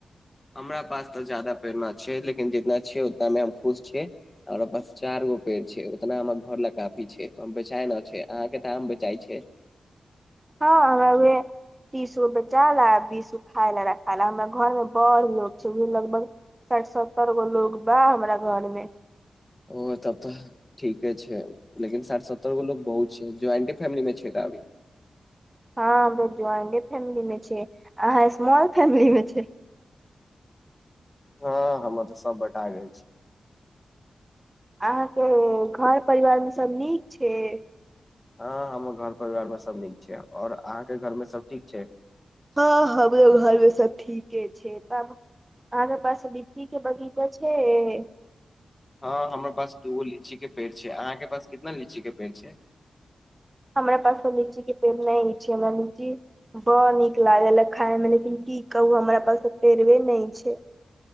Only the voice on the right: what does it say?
ह हमरा बे तीस गो बेचाय लेल, बीस गो खाय लेल, रखाल। हमरा घर मे बड़ लोग छै, लगभग सैठ सत्तर गो लोग बा हमरा घर मे।
हँ हम ज्वाइंटे फैमिली में छी, अहाँ स्मॉल फैमिली में छी।
अहाँके घर परिवार मे सभ नीक छै।
हँ हमरो घरमे सब ठीके छै। अहाँ के पास लीची के बगीचा छै।
हमरा पास तऽ लीची के पेड़ नै छै। हमरा लीची बड़ नीक लागल खाय मे, लेकिन की कहूँ हमरा पास तऽ पेड़वे नै छै।